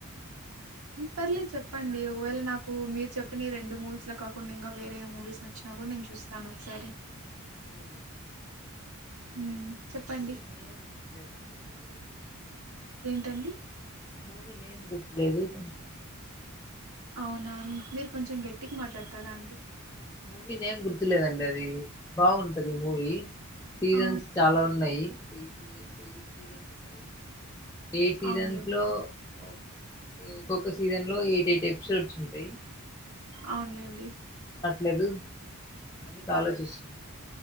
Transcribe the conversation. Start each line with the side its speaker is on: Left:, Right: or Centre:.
Right: పర్లేదు చెప్పండి ఒకవేళ నాకు మీరు చెప్పిన రెండు మూవీస్ లో కాకుండా ఇంకా వేరే మూవీస్ నచ్చిన కూడ నేను చూస్తాను ఒకసారి
Left: ఇక అది
Right: హ్మ్. చెప్పండి.
Left: నుది నేయం కట్లే తండి అది
Right: టండి
Left: మూవీ నేమ్ గుర్తులేదు కొంచెం
Right: అవునా మీరు కొంచెం గెట్టిగ మాట్లాడతారా అండి
Left: మూవీ నేం గుర్తులేదండి అది బాగుంటది మూవీ సీజన్స్
Right: ఆ
Left: చాలా ఉన్నాయి ఎయిటీ ఎయిటీ ఉన్నాయి ఎయిట్ సీజెన్
Right: అవునులేండి
Left: లో ఓ ఒకొక్క సీజన్ లో ఎయిట్ ఎయిట్ ఎపిసోడ్స్ ఉంటాయి
Right: అవునులేండి
Left: లేదు అందుకు ఆలోచిస్తున్న